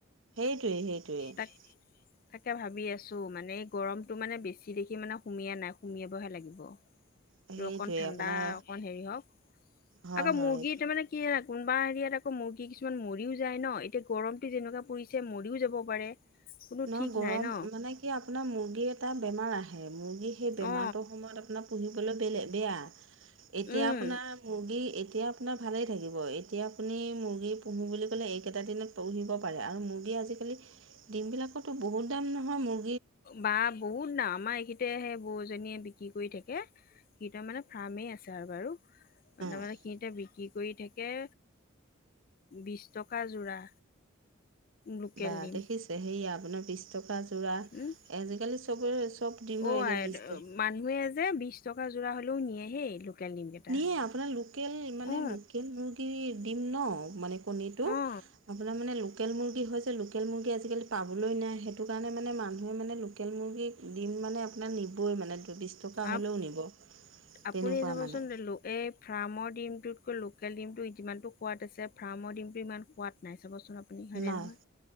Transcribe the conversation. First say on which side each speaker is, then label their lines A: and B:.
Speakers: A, on the right (about 65°); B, on the left (about 45°).
A: সেইটোৱে সেইটোৱে
B: তাক তাকে ভাবি আছো, মানে এই গৰমতটো মানে বেছি দেখি মানে সুমিয়া নাই, সুমিয়াবহে লাগিব।
A: সেইটোৱে
B: ৰ অকণ ঠাণ্ডা
A: আপোনাৰ
B: অকণ হেৰি হওক
A: হয়
B: আকৌ মুৰ্গীটো
A: হয়
B: মানে কি কোনোবা হেৰিয়াত আকৌ মুৰ্গী কিছুমান মৰিও যায় ন, এতিয়া গৰমটো যেনেকুৱা পৰিছে মৰিও যাব পাৰে। কোনো
A: ইমান
B: ঠিক
A: গৰম
B: নাই ন
A: মানে কি আপোনাৰ মুৰ্গী এটা বেমাৰ আহে, মুৰ্গী সেই বেমাৰটোৰ
B: অ
A: সময়ত আপোনাৰ পুহিবলৈ বেলেগ, বেয়া। এতিয়া
B: উম
A: আপোনাৰ মুৰ্গী, এতিয়া আপোনাৰ ভালেই থাকিব, এতিয়া আপুনি মুৰ্গী পুহো বুলি ক'লে এইকেইটা দিনত পুহিব পাৰে, আৰু মুৰ্গী আজিকালি ডিম বিলাকো বহুত দাম নহয়, মোৰ
B: বা বহুত দাম আমাৰ এইখিনি তে সেই বৌজনীয়ে বিক্ৰী কৰি থাকে, সিহঁতৰ মানে ফাৰ্মেই আছে আৰু বাৰু। তাৰমানে
A: অ
B: সিহঁতে বিক্ৰী কৰি থাকে, বিশ টকা যোৰা। লোকেল
A: বা
B: ডিম
A: দেখিছে সেয়া আপোনাৰ বিশ টকা যোৰা,
B: উম
A: আজিকালি চবৰে চবপ দিম
B: অ
A: এ
B: আই
A: বিজ ত
B: মানুহে যে বিশ টকা যোৰা হ'লেও নিয়ে হেই। লোকেল ডিমকেইটা
A: নে আপোনাৰ লোকেল, মানে
B: অ
A: লোকেল মুৰ্গী দিম ন মানে কণীটো,
B: অ
A: আপোনাৰ মানে লোকেল মুৰ্গী হৈছে, লোকেল মুৰ্গী আজিকালি পাবলৈ নাই, সেইটো কাৰণে মানে মানুহে মানে লোকেল মুৰ্গী দিম মানে আপোনাৰ নিবই মানে বিশ টকা
B: আপ
A: হ'লেও নিব।
B: আপুনি
A: তেনেকুৱা
B: চাবচোন
A: মানে
B: লোক এ‌ ফ্ৰামৰ ডিমটোতকৈ লোকেল ডিমটো যিমানটো সোৱাদ আছে, ফ্ৰামৰ ডিমটো ইমান সোৱাদ নাই চাবচোন আ পুনি, হয়নে
A: নাই
B: নহয়,